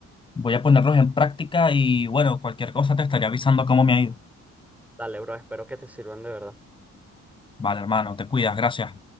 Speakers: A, on the left; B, in the centre.
A: voy a ponerlos en práctica y bueno, cualquier cosa te estaré avisando cómo me ha ido.
B: Dale, bro, espero que te sirvan de verdad.
A: Vale, hermano, te cuidas, gracias.